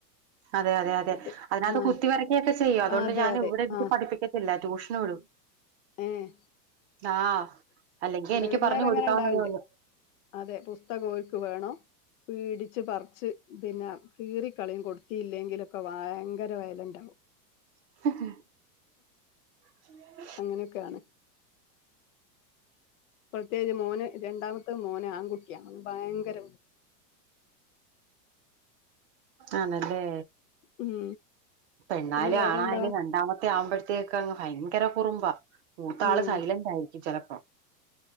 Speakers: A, on the right; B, on the left.
A: അതെ അതെ അതെ
B: ഇത്
A: അതിനകത്ത്
B: ആഹ്
A: കുത്തി വരയ്ക്കൊക്കെ ചെയ്യും അതോണ്ട്
B: അതെ
A: ഞാൻ
B: അതെ
A: ഇവിടിര്ത്തി
B: ആഹ്
A: പഠിപ്പിക്ക ല്ല ട്യൂഷന് വ്ടും
B: ഏഹ്
A: ആഹ് അല്ലെങ്കി
B: ഇവിടെ
A: എനിക്ക്
B: വിരുന്നേരം
A: പറഞ്ഞ് കൊടുക്കാവുന്നതേള്ളൂ
B: അങ്ങനെ ഇണ്ടാവൽണ്ട് അതെ പുസ്തകം ഓൽക്ക് വേണം പീടിച്ച് പറ്ച്ച് പിന്നെ കീറി കളീം കൊടുത്തിയില്ലെങ്കിലൊക്കെ വയങ്കര വയലൻ്റാവും
A: <inaudible> <inaudible>
B: അങ്ങനൊക്കെയാണ്. <unintelligible> മോന് രണ്ടാമത്തെ മോന് ആൺകുട്ടിയാ ഭയങ്കര
A: ആണല്ലേ
B: ഉം
A: പെണ്ണായാലും
B: പിന്നെ വേറെന്താ
A: ആണായാലും രണ്ടാമത്തെ ആവുമ്പോഴ് ക്കെക്കങ് ഭയങ്കര കുറുമ്പാ മൂത്താള്
B: ഉം
A: സൈലന്റായിരിക്കും ചെലപ്പോ